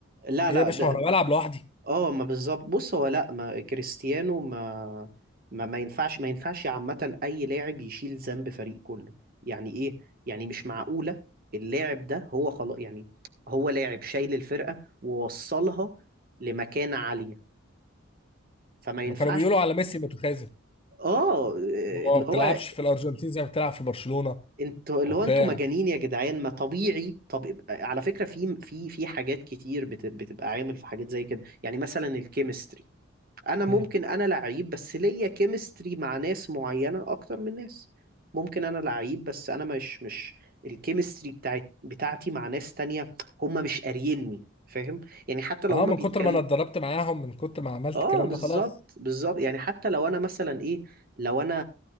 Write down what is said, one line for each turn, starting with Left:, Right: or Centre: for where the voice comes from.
Right: لا
Left: ايه
Right: لا
Left: يا باشا
Right: ده
Left: هو انا بلعب لوحدي
Right: اه ما بالظبط بص هو لا ما كريستيانو ما ما ما ينفعش ما ينفعش عامة أي لاعب يشيل ذنب فريق كله يعني إيه يعني مش معقولة اللاعب ده هو خلاص يعني هو لاعب شايل الفرقة ووصلها لمكانة عالية فما ينفعش
Left: ما كانوا بيقولوا على ميسي متخاذل
Right: اه
Left: هو
Right: اللي
Left: ما بتلعبش
Right: هو
Left: في الارجنتين زي ما بتلعب في برشلونة
Right: انتوا اللي
Left: وبتاع
Right: هو انتوا مجانين يا جدعان ما طبيعي طب على فكره في في في حاجات كتير بت- بتبقى عامل في حاجات زي كده يعني مثلا الكيمستري انا ممكن
Left: مم.
Right: انا لعيب بس ليا كيمستري مع ناس معينه اكتر من ناس ممكن انا لعيب بس انا مش مش الكيمستري بتاعت بتاعتي مع ناس تانية هم مش قاريني فاهم يعني حتى لو
Left: اه
Right: هم
Left: من
Right: بيتكلم
Left: كتر ما انا اتدربت معاهم من كتر ما عملت
Right: اه
Left: الكلام
Right: بالظبط
Left: ده خلاص
Right: بالظبط يعني حتى لو انا مثلا ايه لو انا